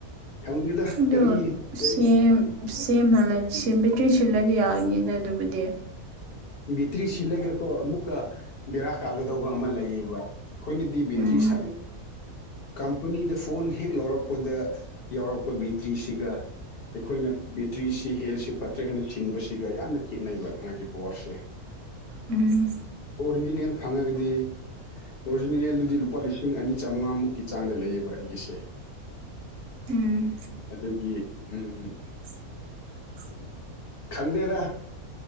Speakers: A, on the left (about 60°); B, on the right (about 65°).
A: ꯈꯪꯗꯦꯗ
B: ꯑꯗꯣ
A: ꯀꯔꯤ
B: ꯁꯦꯝ <unintelligible>
A: ꯀꯔꯤ
B: ꯕꯦꯇ꯭ꯔꯤ ꯁꯤꯜꯂꯗꯤ ꯌꯥꯒꯅꯤꯗ ꯑꯗꯨꯕꯨꯗꯤ
A: ꯕꯤꯇ꯭ꯔꯤ ꯁꯤꯂꯦꯒꯀꯣ ꯑꯃꯨꯛꯀ ꯕꯦꯔꯥ ꯀꯥꯒꯗꯧꯕ ꯑꯃ ꯂꯩꯌꯦꯕ ꯑꯩꯈꯣꯏꯅꯗꯤ ꯕꯦꯇ꯭ꯔꯤ
B: ꯎꯝ
A: ꯁꯥ ꯀꯝꯄꯅꯤꯗ ꯐꯣꯟ ꯍꯦꯛ ꯂꯧꯔꯛꯄꯗ ꯌꯥꯎꯔꯛ ꯄ ꯕꯤꯇ꯭ꯔꯤꯁꯤꯒ ꯑꯩꯈꯣꯏꯅ ꯕꯦꯇ꯭ꯔꯤꯁꯤ ꯍꯦꯜꯁꯤ ꯐꯠꯇ꯭ꯔꯦ ꯍꯥꯏꯅ ꯁꯤꯟꯕꯁꯤꯒ ꯌꯥꯝꯅ ꯈꯦꯠꯅꯩꯕ ꯃꯥꯒꯤ ꯄꯋꯥꯔꯁꯦ
B: ꯎꯝ
A: ꯑꯣꯔꯤꯖꯤꯅꯦꯜ ꯐꯪꯉꯒꯗꯤ ꯑꯣꯔꯤꯖꯤꯅꯦꯜꯗꯨꯗꯤ ꯂꯨꯄꯥ ꯂꯤꯁꯤꯡ ꯑꯅꯤ ꯆꯥꯃꯉꯥꯃꯨꯛꯀꯤ ꯆꯥꯡꯗ ꯂꯩꯌꯦꯕ ꯑꯩꯒꯤꯁꯦ
B: ꯎꯝ
A: ꯑꯗꯨꯒꯤ ꯎꯝ
B: <inaudible>
A: ꯈꯪꯗꯦꯗ